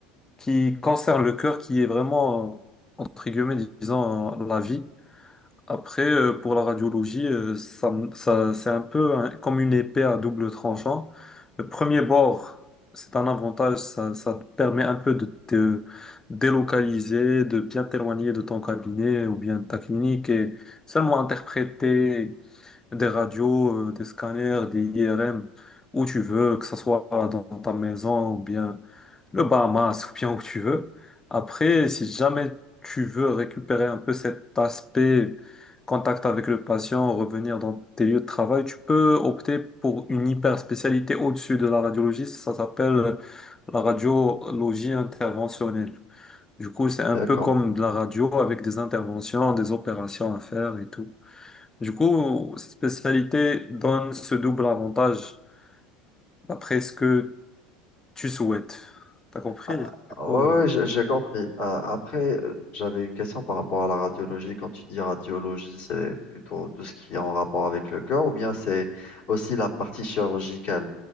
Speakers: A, on the left (about 15°); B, on the left (about 55°).
A: qui concerne le cœur, qui est vraiment, euh, entre guillemets, disons, euh, la vie. Après, euh, pour la radiologie, euh, ça, me- ça- c'est un peu hein, comme une épée à double tranchant. Le premier bord, c'est un avantage, ça, ça te permet un peu de te délocaliser, de bien t'éloigner de ton cabinet ou bien de ta clinique et seulement interpréter des radios, euh, des scanners, des IRM où tu veux, que ce soit dans ta maison ou bien le Bahamas ou bien où tu veux. Après, si jamais tu veux récupérer un peu cet aspect contact avec le patient, revenir dans tes lieux de travail, tu peux opter pour une hyper spécialité au-dessus de la radiologie. Ça s'appelle la radiologie interventionnelle. Du coup, c'est un
B: D'accord.
A: peu comme de la radio avec des interventions, des opérations à faire et tout. Du coup, cette spécialité donne ce double avantage d'après ce que tu souhaites. T'as compris?
B: Ah,
A: Du coup.
B: ouais,
A: euh,
B: ouais, j'ai j'ai compris. Ah, après, euh, j'avais une question par rapport à la radiologie. Quand tu dis radiologie, c'est plutôt tout ce qui est en rapport avec le cœur ou bien c'est aussi la partie chirurgicale?